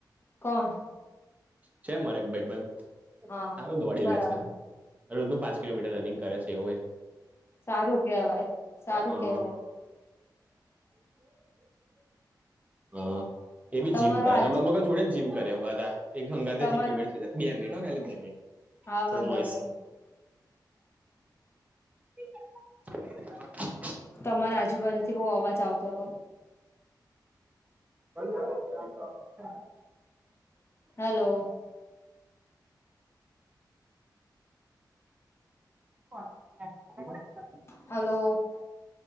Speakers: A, on the left; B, on the right.
A: કોણ.
B: છે મરે એક ભાઈ બંધ
A: હા
B: હારુ દોડી
A: બરાબર
B: લેશે. રોજનું પાંચ કિલોમીટ રનીંગ કરે છે એ વો એ.
A: સારું કેવાય. સારું
B: હા હા
A: કેવાય
B: હા. એ બી
A: તમારો
B: જીમ કરે
A: આજ
B: હમણાં <unintelligible> જોડે જીમ કરે એ બધા એકગં હાથે
A: તમારો
B: <unintelligible> બે મિનિટ હો ખાલી બે મિનિટ.
A: હા
B: થોડું
A: વાંધો
B: નોઈસ
A: નહીં.
B: <inaudible>
A: તમારા આજુબાજુથી બહુ અવાજ આવતો હતો.
B: <unintelligible>
A: હલો.
B: <unintelligible>
A: હલો.